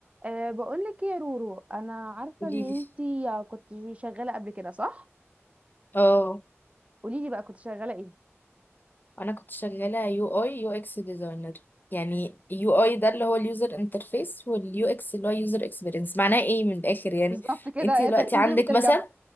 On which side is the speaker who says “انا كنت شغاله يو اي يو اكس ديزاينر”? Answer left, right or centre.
Left